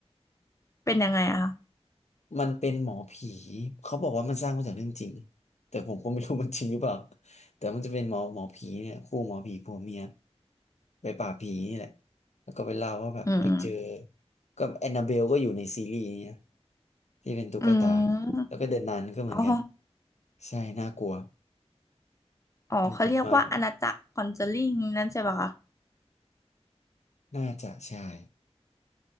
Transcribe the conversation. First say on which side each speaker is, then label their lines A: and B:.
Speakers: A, on the left (about 25°); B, on the left (about 85°).
A: เป็นยังไงอะคะ
B: มันเป็นหมอผี เขาบอกว่ามันสร้างมาจากเรื่องจริงแต่ผมก็ไม่รู้มันจริงหรือเปล่าแต่มันจะเป็นหมอหมอผีเนี่ยคู่หมอผีผัวเมียไปป่าบผีนี่แหละ แล้วก็ไปเล่าว่าแบบไปเจอ
A: อืม
B: ก็แอนนาเบลก็อยู่ในซีรีส์นี้นะที่เป็นตุ๊กตา
A: อืม
B: แล้วก็เดอะนันก็เหมือนกัน
A: อ๋อ
B: ใช่น่ากลัว
A: อ๋อเขาเรียกว่าอาณาจักรคอนเจอริงนั่นใช่ปะคะ
B: น่ากลัวมาก น่าจะใช่